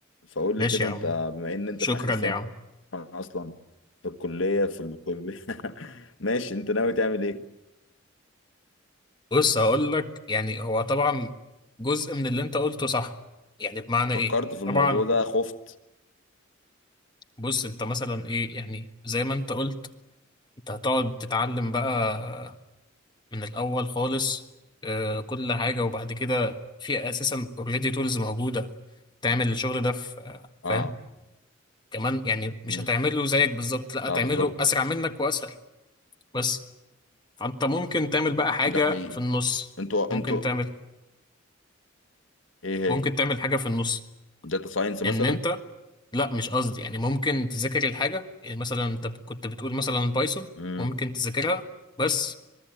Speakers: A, on the left; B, on the left.
A: فقول
B: ماشي
A: لي كده
B: يا
A: انت
B: عم
A: بما ان انت
B: شكرا
A: في اخر سنة
B: يا عم
A: اصلا في الكلية في الكلية <laughs> ماشي انت ناوي تعمل ايه
B: بص هقول لك يعني هو طبعا جزء من اللي انت قلته صح يعني بمعنى
A: فكرت
B: ايه
A: في الموضوع
B: طبعا
A: ده خفت
B: بص انت مثلا ايه يعني زي ما انت قلت انت هتقعد تتعلم بقى من الاول خالص آه كل حاجه وبعد كده في اساسا اوريدي تولز موجوده تعمل الشغل ده في آه، فاهم
A: اه
B: كمان يعني مش
A: امم
B: هتعمله زيك بالظبط لا
A: اه
B: هتعمله
A: بالظبط
B: اسرع منك واسهل بس فانت ممكن تعمل بقى حاجه
A: ده حقيقي
B: في النص
A: انتوا
B: ممكن
A: انتوا
B: تعمل
A: ايه هي
B: ممكن تعمل حاجه في النص
A: داتا ساينس مثلا
B: ان انت لا مش قصدي يعني ممكن تذاكر الحاجه يعني مثلا انت كنت بتقول مثلا بايثون
A: امم
B: ممكن تذاكرها بس